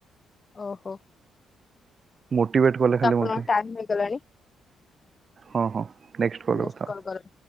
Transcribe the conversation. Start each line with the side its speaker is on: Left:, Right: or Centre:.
Left: ଓହୋ।
Right: ମୋଟିଭେଟ କଲେ ଖାଲି
Left: ତ ଆପଣଙ୍କ
Right: ମତେ
Left: ଟାଇମ ହେଇଗଲାଣି
Right: ହଁ ହଁ ନେକ୍ସଟ୍ କଲ
Left: ନେକ୍ସଟ
Right: ରେ କଥା ହବା।
Left: କରନ୍ତୁ।